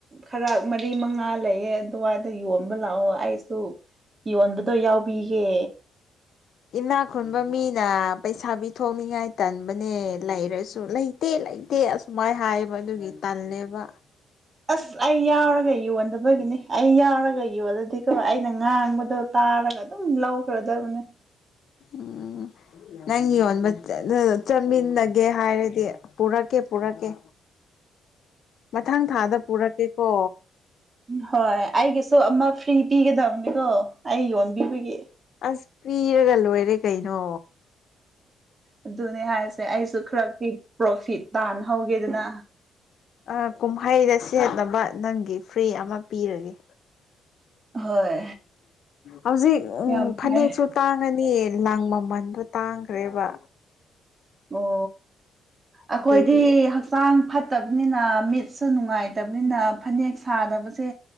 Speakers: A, on the right; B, on the left.
A: ꯈꯔ ꯃꯔꯤ ꯃꯉꯥ ꯂꯩꯌꯦ ꯑꯗꯨꯋꯥꯏꯗ ꯌꯣꯟꯕ ꯂꯥꯛꯑꯣ ꯑꯩꯁꯨ ꯌꯣꯟꯕꯗꯣ ꯌꯥꯎꯕꯤꯒꯦ
B: ꯏꯅꯥ ꯈꯨꯟꯕ ꯃꯤꯅ ꯄꯩꯁꯥꯕꯤ ꯊꯣꯛꯅꯤꯡꯉꯥꯏꯇꯟ ꯝꯕꯅꯦ ꯂꯩꯔꯁꯨ ꯂꯩꯇꯦ ꯂꯩꯇꯦ ꯑꯁꯨꯃꯥꯏ ꯍꯥꯏꯌꯦꯕ ꯑꯗꯨꯒꯤ ꯇꯜꯂꯦꯕ
A: ꯑꯁ ꯑꯩ ꯌꯥꯎꯔꯒ ꯌꯣꯟꯗꯕꯒꯤꯅꯤ ꯑꯩ ꯌꯥꯎꯔꯒ ꯌꯣꯜꯂꯗꯤꯀꯣ ꯑꯩꯅ ꯉꯥꯡꯕꯗꯣ ꯇꯥ ꯇꯥꯔꯒ ꯑꯗꯨꯝ ꯂꯧꯈ꯭ꯔꯗꯕꯅꯦ
B: ꯎꯝ ꯅꯪ ꯌꯣꯟꯕ ꯆꯠꯃꯤꯟꯅꯒꯦ ꯍꯥꯏꯔꯗꯤ ꯄꯨꯔꯥ ꯀꯦ ꯄꯨꯔꯥ ꯀꯦ ꯃꯊꯪ ꯊꯥꯗ ꯄꯨꯔꯛꯀꯦꯀꯣ
A: ꯎ ꯍꯣꯏ ꯑꯩꯒꯤꯁꯨ ꯑꯃ ꯐ꯭ꯔꯤ ꯄꯤꯒꯗꯕꯅꯤꯀꯣ ꯑꯩ ꯌꯣꯟꯕꯤꯕꯒꯤ
B: ꯑꯁ ꯄꯤꯔꯒ ꯂꯣꯏꯔꯦ ꯀꯩꯅꯣ
A: ꯑꯗꯨꯅꯦ ꯍꯥꯏꯁꯦ ꯑꯩꯁꯨ ꯈꯔꯤ ꯄ꯭ꯔꯣꯐꯤꯠ ꯇꯥꯟꯅꯍꯧꯒꯦꯗꯅ
B: ꯑ ꯀꯨꯝꯍꯩꯗ ꯁꯦꯠꯅꯕ ꯅꯪꯒꯤ ꯐ꯭ꯔꯤ ꯑꯃ ꯄꯤꯔꯒꯦ
A: ꯍꯣꯏ
B: ꯍꯧꯖꯤꯛ ꯎꯝ
A: ꯌꯥꯝ
B: ꯐꯅꯦꯛꯁꯨ
A: ꯐꯩ
B: ꯇꯥꯡꯉvvvvꯅꯤ ꯂꯪ ꯃꯃꯟꯗꯣ ꯇꯥꯡꯈ꯭ꯔꯦꯕ
A: ꯑꯣ ꯑꯩꯈꯣꯏꯗꯤ
B: ꯑꯗꯨꯒꯤ
A: ꯍꯛꯆꯥꯡ ꯐꯠꯇꯕꯅꯤꯅ ꯃꯤꯠ ꯁ ꯅꯨꯡꯉꯥꯏꯇꯕꯅꯤꯅ ꯐꯅꯦꯛ ꯁꯥꯗꯕꯁꯦ